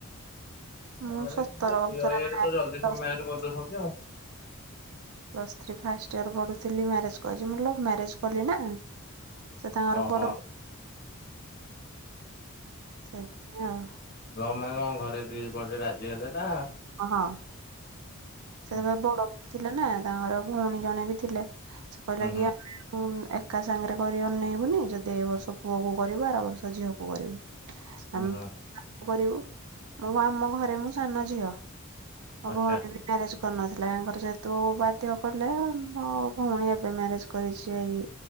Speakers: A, on the right; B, on the left.
A: ମୁଁ
B: ମାନେ
A: ସତର
B: କଣ କହିଲେ ଝିଅ
A: ବର୍ଷର
B: ଇଏରେ ତ ଜଲ୍ଦି ସବୁ
A: ବୟସ।
B: ମ୍ୟାରେଜ କରିଦଉଛନ୍ତି ଆଉ
A: ପ୍ଲସ୍ ଥ୍ରୀ ଫାଷ୍ଟ ଇୟର ପଢୁଥିଲି ମ୍ୟାରେଜ୍ କଲି ମୁଁ ଲଭ ମ୍ୟାରେଜ କଲି ନା। ସେ ତାଙ୍କର
B: ଓହୋ
A: ବଡ ସେଥିପାଇଁ ଆଉ।
B: ଲଭ ମାନେ କଣ ଘରେ ଦି ପଟେ ରାଜି ହେଲେ ନା
A: ଓ ହୋ। ସେତେବେଳେ
B: ହୁଁ
A: ବଡ ପୁଅ ଥିଲେ ନା ତାଙ୍କର ଭଉଣୀ ଜଣେ ବି ଥିଲେ ସେ କହିଲା
B: ହୁଁ
A: କି
B: ହୁଁ
A: ଆମେ ଉଁ ଏକା ସାଙ୍ଗରେ କରି ଅନେଇବୁନି ଯଦି ଏ ବର୍ଷ ପୁଅ କ କରିବୁ ଆର ବର୍ଷ ଝିଅକୁୁ କରିବୁ।
B: ହୁଁ
A: ଆମେ
B: ହୁଁ ହୁଁ
A: କରିବୁ ମୁଁ ଆମ ଘରେ ମୁଁ ସାନ ଝିଅ। ମୋ
B: ଆଚ୍ଛା
A: ଭଉଣୀ ବି ମ୍ୟାରେଜ କରିନଥିଲା ତାଙ୍କର ଯେହେତୁ ବାଧ୍ୟ କଲେ ଆ ଭଉଣୀ ଏବେ ମ୍ୟାରେଜ କରିଛି ଏଇ